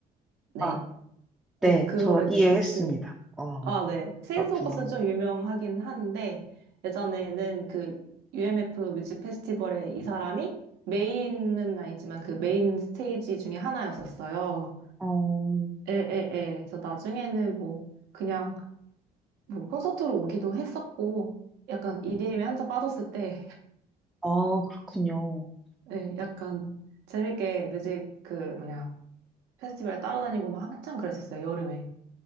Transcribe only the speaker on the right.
네.
네, 그 노래도
있었고
아, 네. 체인소
커스는좀 유명하긴 한데, 예전에는 그 UMF 뮤직 페스티벌에 이 사람이 메인은 아니지만 그 메인 스테이지 중에 하나였었어요.
에, 에, 에. 그래서 나중에는 뭐 그냥 뭐 콘서트로 오기도 했었고, 약간 EDM에 한참 빠졌을 때,
예, 약간 재밌게 뮤직 그 뭐냐, 페스티벌에 따라다니고 막 한참 그랬었어요, 여름에.